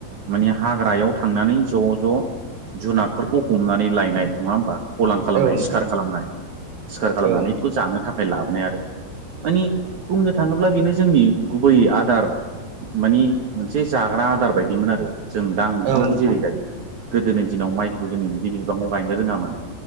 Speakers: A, on the right; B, on the right.
A: माने हाग्रायाव थांनानै ज'- ज' जुनादफोरखौ हमनानै लायनाय नङा होमबा। फलान खालामनाय
B: औ नोंथां
A: सिखार खालामनाय सिखार खालामनानै
B: औ नोंथां
A: बेखौ जानो थाखाय लाबोनाय आरो। मानि बुंनो थाङोब्ला बेनो जोंनि गुबै आदार माने मोनसे जाग्रा आदार बायदिमोन आरो जों दा ओंखामखौ
B: औ नोंथां
A: जेरै जायो। गोदोनि दिनाव माइखौ जोङो बिदि बिबाङाव गायनो रोङामोन